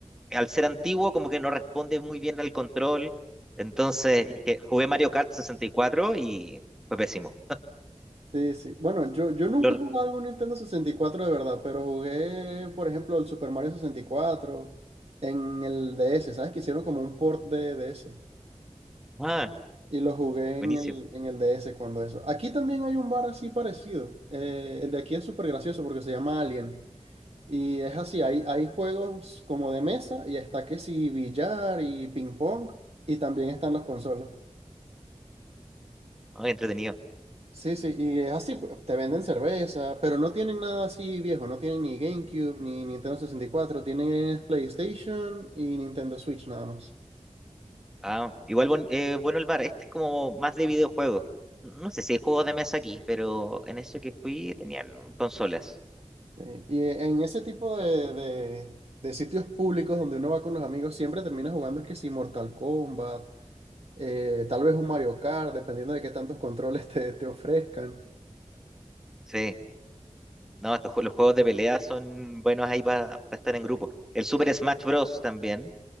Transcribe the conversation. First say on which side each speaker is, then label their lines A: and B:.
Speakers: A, in the centre; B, on the right.
A: al ser antiguo, como que no responde muy bien al control. Entonces dije, jugué Mario Kart 64 y cuatro y fue pésimo.
B: Sí, sí. Bueno, yo, yo nunca
A: Lo-
B: he jugado un Nintendo sesenta y cuatro de verdad, pero jugué, por ejemplo, el Super Mario sesenta y cuatro en el DS, ¿sabes? Que hicieron como un port de DS.
A: ah,
B: Y lo jugué en
A: buenísimo,
B: el, en el DS cuando eso. Aquí también hay un bar así parecido. Eh, el de aquí es súper gracioso porque se llama Alien. Y es así, hay, hay juegos como de mesa y está que sí billar y ping pong y también están las consolas.
A: ah, entretenido.
B: Sí, sí, y es así, pu- te venden cerveza, pero no tienen nada así viejo, no tienen ni GameCube ni Nintendo sesenta y cuatro tienen es PlayStation y Nintendo Switch nada más.
A: Ah, igual buen- eh, bueno el bar, este es como más de videojuegos. N- No sé si hay juegos de mesa aquí, pero en eso que fui tenían consolas.
B: Sí, Y e, en ese tipo de, de- de sitios públicos donde uno va con los amigos, siempre termina jugando es que si Mortal Kombat, eh, tal vez un Mario Kart, dependiendo de qué tantos controles te, te ofrezcan.
A: Sí, no, estos, jue- los juegos de pelea son buenos ahí para estar en grupo. El Super Smash Bros. también